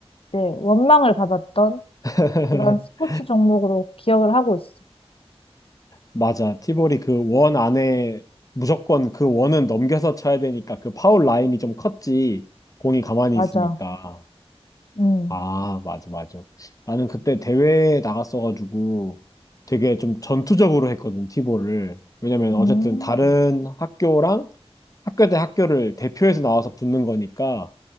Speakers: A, on the left; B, on the left.
A: 이제 원망을 받았던
B: <laughs>
A: 이런 스포츠 종목으로 기억을 하고 있어.
B: 맞아. 티볼이 그 원 안에 무조건 그 원은 넘겨서 쳐야 되니까 그 파울 라인이 좀 컸지. 공이 가만히
A: 맞아.
B: 있으니까.
A: 음.
B: 아, 맞아, 맞아. 나는 그때 대회에 나갔어가지고 되게 좀 전투적으로 했거든, 티볼을. 왜냐면
A: 음.
B: 어쨌든 다른 학교랑 학교 대 학교를 대표해서 나와서 붙는 거니까